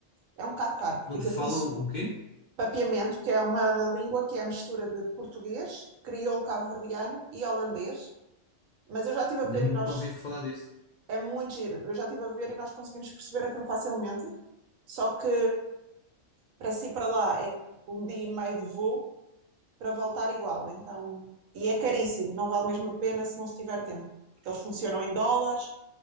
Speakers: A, on the right; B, on the left.
A: É um bocado caro, porque
B: Onde
A: aquilo
B: falam
A: funciona.
B: o quê?
A: Papiamento, que é uma língua que é a mistura de português, crioulo cabo-verdiano e holandês. Mas eu já estive
B: Nem
A: a ver e
B: nunca
A: nós.
B: ouvi falar disso.
A: É muito giro. Eu já estive a ver e nós conseguimos perceber aquilo facilmente. Só que para si para lá é um dia e meio de voo para voltar igual. Então, e é caríssimo, não vale mesmo a pena se não se tiver tempo, porque eles funcionam em dólares,